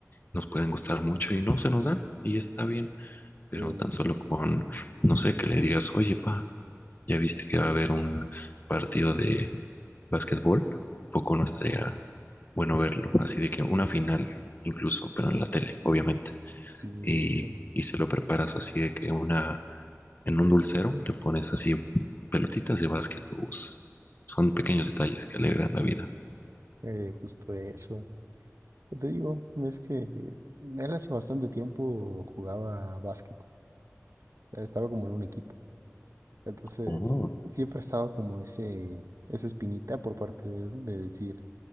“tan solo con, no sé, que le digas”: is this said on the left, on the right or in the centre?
Left